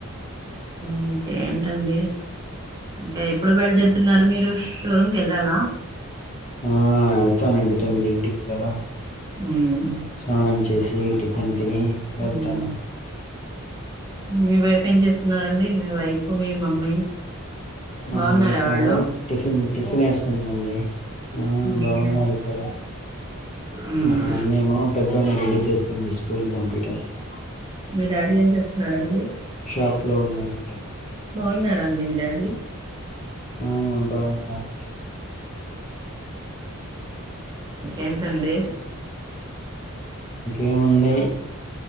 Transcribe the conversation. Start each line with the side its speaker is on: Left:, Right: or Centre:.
Right: ఇంకెంతండి? ఇంకా ఎప్పుడు బయలుదేరుతున్నారు మీరు? షోరూమ్ కెళ్ళాలా?
Left: ఆ వెళ్తానండి తొమ్మిదింటికి కదా.
Right: ఉమ్.
Left: స్నానం చేసి టిఫిన్ తిని వెళ్తాను.
Right: ఉమ్. మీ వైఫ్ ఏం చేస్తున్నారండి, మీ వైఫ్ మీ మమ్మీ?
Left: మా
Right: బాగున్నారా
Left: వైఫ్
Right: వాళ్ళు
Left: టిఫిన్ టిఫిన్ ఏస్తుందండి. ఆ
Right: ఉహు.
Left: బాగున్నారిద్దరు
Right: ఉమ్.
Left: మా అమ్మేమో పెద్దోడిని రెడీ చేస్తుంది, స్కూల్ కి పంపీడానికి.
Right: మీ డాడీ ఏం చేస్తున్నారండి?
Left: తప్పు లో ఉన్నారండి.
Right: బాగున్నారా అండి మీ డాడీ?
Left: ఆ బావున్నారండి.
Right: ఏంటండి?
Left: ఏముంది